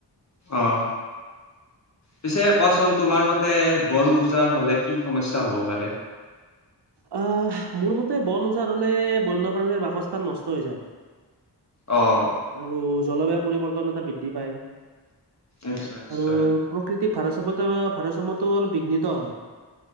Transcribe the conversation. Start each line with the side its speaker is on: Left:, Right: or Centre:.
Left: অহ। পিছে কোৱাচোন তোমাৰ মতে বন উজাৰ হ'লে কি সমস্যা হ'ব পাৰে?
Right: আহ, মোৰ মতে বন ওজাৰ হ'লে বন্যপ্ৰাণীৰ বাসস্থান নষ্ট হৈ যায়।
Left: অঁ।
Right: আৰু জলবায়ু পৰিৱৰ্তন এটা বৃদ্ধি পায়।
Left: নিশ্চয় নিশ্চয়
Right: আৰু প্ৰকৃতিৰ ভাৰসাম্যত বা ভাৰসাম্যতটো অলপ বিঘ্নিত হয়।